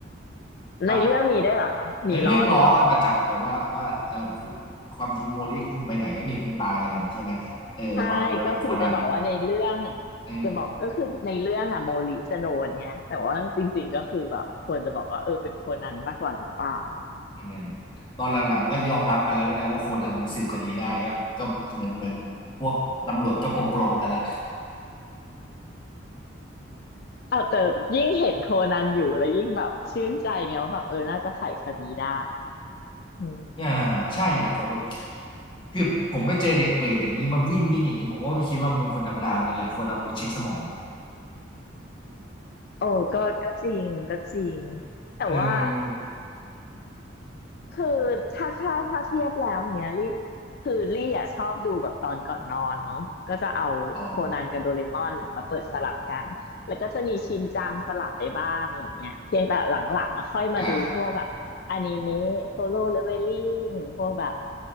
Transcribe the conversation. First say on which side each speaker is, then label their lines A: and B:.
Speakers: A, on the left; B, on the left.
A: ครับ
B: ในเรื่องมีด้วยเหรอคะมีล้อด้วยเหรอ
A: ในเรื่องล้อกันประจำเลยว่าว่าเออคุณความจริงโมลิคุณไปไหนก็มีคนตายอะไรอย่างงี้ใช่ไหมเออแต่ความจริงมันเป็นโคนัน
B: ใช่ก็คือจะบอกว่าในเรื่อง
A: เออ
B: จะบอกก็คือในเรื่องอะโมริจะโดนเงี้ยแต่ว่าจริงๆก็คือแบบควรจะบอกว่าเออเป็นโคนันมากกว่าหรือเปล่าอะไรอย่างเลย
A: อะไรอย่างงี้ตอนหลังๆก็ยอมรับกันแล้วด้วยนะว่าโคนันมันสืบคดีได้ก็ก็เหมือนเหมือนพวกตำรวจก็ปลงๆกันละ
B: อ้าวแต่ยิ่งเห็นโคนันอยู่แล้วยิ่งแบบชื่นใจไงว่าแบบเออน่าจะไขคดีได้อืม
A: อ่าใช่ครับแต่ว่าคือผมไปเจอเด็กเปรตอย่างนี้มาวิ่งวิ่งอย่างนี้ผมว่าไม่คิดว่ามันเป็นคนธรรมดาเหมือนกันแหละคนเอามันไปเช็คสมอง
B: โอ้ก็ก็จริงก็จริงแต่ว่า
A: เออ
B: คือถ้าถ้าถ้าเทียบแล้วเนี้ยลี่คือลี่อ่ะชอบดูแบบตอนก่อนนอนเนาะก็จะเอาโคนันกับโดเรมอนอ่ะมาเปิดสลับกันแล้วก็จะมีชินจังสลับไปบ้างอะไรเงี้ยเพียงแต่หลังๆอ่ะค่อยมาดูพวกแบบอนิเมะโซโล่เลเวลลิ่งพวกแบบ
A: อ๋ออ่า